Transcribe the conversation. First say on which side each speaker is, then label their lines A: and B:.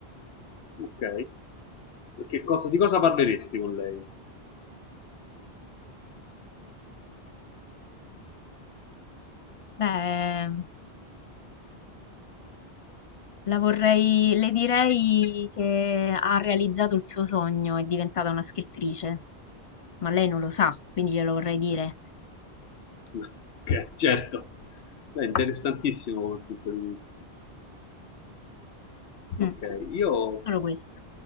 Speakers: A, on the left; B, on the left.
A: Ok. E che cosa- di cosa parleresti con lei?
B: Beh, la vorrei, le direi che ha realizzato il suo sogno, è diventata una scrittrice, ma lei non lo sa, quindi glielo vorrei dire.
A: <laughs> Ok, certo. Beh, interessantissimo come punto di vista. Ok,
B: Mm,
A: io,
B: solo questo.